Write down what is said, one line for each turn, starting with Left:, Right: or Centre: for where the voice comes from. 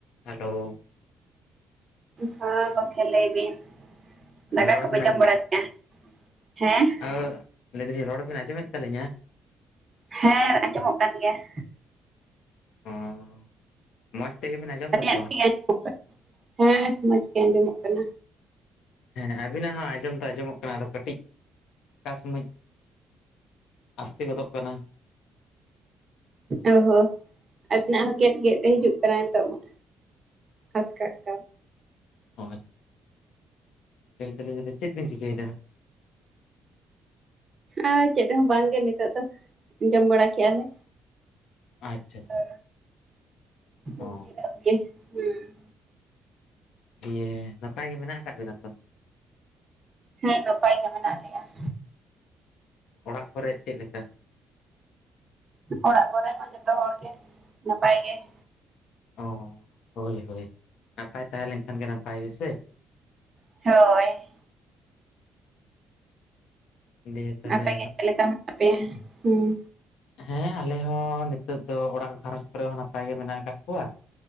Left: Hello.
Right: ᱦᱮᱸ ᱜᱚᱢᱠᱮ ᱞᱟᱹᱭ ᱵᱤᱱ, ᱫᱟᱠᱟ
Left: ᱨᱚᱲ
Right: ᱠᱚᱯᱮ
Left: ᱵᱤᱱ
Right: ᱡᱚᱢ ᱵᱟᱲᱟ ᱦᱮᱸ ᱾
Left: ᱦᱮᱸ ᱞᱟᱹᱭ ᱫᱟᱹᱞᱤᱧ ᱨᱚᱲ ᱵᱮᱱ ᱟᱸᱡᱚᱢᱮᱫ ᱛᱟᱹᱞᱤᱧᱟ?
Right: ᱦᱮᱸ ᱟᱸᱡᱚᱢᱚᱜ ᱠᱟᱱ ᱜᱮᱭᱟ ᱾
Left: ᱦᱚᱸ ᱾ ᱢᱚᱸᱡᱽ ᱛᱮᱜᱮᱵᱮᱱ ᱟᱸᱡᱚᱢ
Right: ᱟᱹᱞᱤᱧᱟᱜ
Left: ᱫᱟᱛᱚ?
Right: ᱴᱷᱤᱠ ᱜᱮ ᱦᱮᱸ ᱢᱚᱸᱡᱽ ᱜᱮ ᱟᱸᱡᱚᱢᱚᱜ ᱠᱟᱱᱟ
Left: ᱦᱮᱸ ᱟᱵᱤᱱᱟᱜ ᱦᱚᱸ ᱟᱸᱡᱚᱢ ᱫᱚ ᱟᱸᱡᱚᱢᱚᱜ ᱠᱟᱱᱟ ᱟᱫᱚ ᱠᱟᱹᱴᱤᱡ ᱾ ᱚᱠᱟ ᱥᱚᱢᱚᱡ ᱟᱥᱛᱮ ᱜᱚᱫᱚᱜ ᱠᱟᱱᱟ ᱾
Right: ᱚ ᱦᱚᱸ ᱟᱹᱵᱤᱱᱟᱜ ᱦᱚᱸ ᱜᱮᱫ ᱜᱮᱫ ᱛᱮ ᱦᱤᱡᱩᱜ ᱠᱟᱱᱟ ᱱᱤᱛᱚᱜᱼᱢᱟ᱾ ᱟᱴᱠᱟᱜ ᱠᱟᱱ ᱾
Left: ᱚᱸᱡ ᱞᱟᱹᱭ ᱫᱟᱹᱞᱤᱧ ᱟᱫᱚ ᱪᱮᱫ ᱵᱤᱱ ᱪᱤᱠᱟᱹᱭᱮᱫᱟ?
Right: ᱟᱨ ᱪᱮᱫ ᱦᱚᱸ ᱵᱟᱝᱜᱮ ᱱᱤᱛᱚᱜ ᱫᱚ ᱟᱸᱡᱚᱢ ᱵᱟᱲᱟ ᱠᱮᱜᱼᱟ ᱞᱮ᱾
Left: ᱟᱪᱪᱷᱟ ᱟᱪᱪᱷᱟ
Right: ᱟᱨ ᱱᱤᱛᱚᱜ ᱫᱚ
Left: ᱚ
Right: ᱡᱤᱨᱟᱹᱜ ᱜᱮ ᱦᱩᱸ ᱾
Left: ᱫᱤᱭᱮ, ᱱᱟᱯᱟᱭ ᱜᱮ ᱢᱮᱱᱟᱜ ᱟᱠᱟᱫ ᱵᱤᱱᱟ ᱛᱚ?
Right: ᱦᱮᱸ ᱱᱟᱯᱟᱭ ᱜᱮ ᱢᱮᱱᱟᱜ ᱞᱮᱭᱟ ᱾
Left: ᱚᱲᱟᱜ ᱠᱚᱨᱮᱡ ᱪᱮᱫ ᱞᱮᱠᱟ?
Right: ᱚᱲᱟᱜ ᱠᱚᱨᱮ ᱦᱚᱸ ᱡᱚᱛᱚ ᱦᱚᱲ ᱜᱮ ᱱᱟᱯᱟᱭ ᱜᱮ ᱾
Left: ᱚ ᱦᱳᱭ ᱦᱳᱭ ᱱᱟᱯᱟᱭ ᱛᱟᱦᱮᱸ ᱞᱮᱱᱠᱷᱟᱱ ᱜᱮ ᱱᱟᱯᱟᱭ ᱜᱮᱥᱮ
Right: ᱦᱳᱭ ᱾
Left: ᱫᱤᱭᱮ ᱛᱟᱦᱚᱞᱮ
Right: ᱟᱯᱮ ᱜᱮ ᱪᱮᱫ ᱞᱮᱠᱟ ᱢᱮᱱᱟᱜ ᱯᱮᱭᱟ ᱦᱩᱸ?
Left: ᱦᱮᱸ ᱟᱞᱮ ᱦᱚᱸ ᱱᱤᱛᱚᱜ ᱫᱚ ᱚᱲᱟᱜ ᱜᱷᱟᱨᱚᱧᱡᱽ ᱠᱚᱨᱮ ᱦᱚᱸ ᱱᱟᱯᱟᱭ ᱜᱮ ᱢᱮᱱᱟᱜ ᱟᱠᱟᱫ ᱠᱚᱣᱟ ᱾